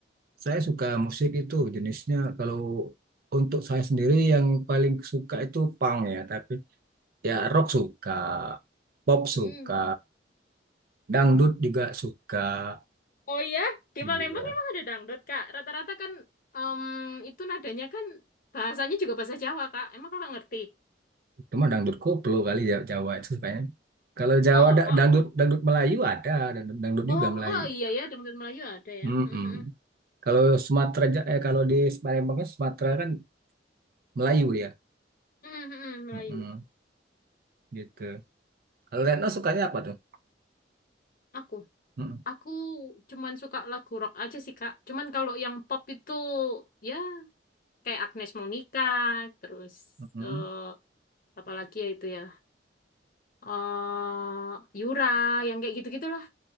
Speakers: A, on the right; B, on the left.
A: Saya suka musik itu jenisnya kalau untuk saya sendiri yang paling suka itu punk ya, tapi ya rock suka, pop
B: Mm.
A: suka, dangdut juga suka.
B: Oh iya, di
A: Iya.
B: Palembang emang ada dangdut Kak. Rata-rata kan em, itu nadanya kan bahasanya juga bahasa Jawa Kak. Emang Kakak ngerti?
A: Cuma dangdut koplo kali Ja- Jawa itu kayaknya. Kalau Jawa
B: Oh,
A: da-
B: oh, oh.
A: dangdut dangdut Melayu ada, dangdut, dangdut
B: Oh,
A: juga Melayu.
B: oh iya ya, dangdut Melayu ada ya.
A: Mm-mm.
B: <laughs>
A: Kalau Sumatera Ja- eh kalau di Palembang kan Sumatera kan Melayu dia.
B: Hmm, hmm, hmm, Melayu.
A: Mm-mm. Gitu. Kalau Retno sukanya apa tuh?
B: Aku.
A: Mm-mm.
B: Aku cuman suka lagu rock aja sih, Kak. Cuman kalau yang pop itu ya kayak Agnes Monica, terus
A: Mm-mm.
B: eh apa lagi ya itu ya? eh Yura yang kayak gitu-gitulah.